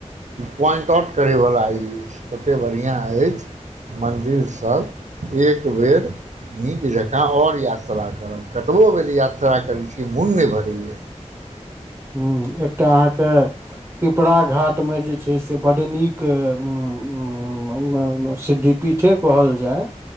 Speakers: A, on the right; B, on the right.
A: पॉइंट आउट करयवला ई, ततेक बढ़िआँ अछि मन्दिर सभ एक बेर नीक जकाँ ओर यात्रा करब। कतबो बे यात्रा करैत छी मोन नय भरैए
B: हूं, एकटा अहाँके पिपरा घाट मे जे छै से बड् नीक हूं ऊं ऊं अ सिद्धिपीठे कहल जाय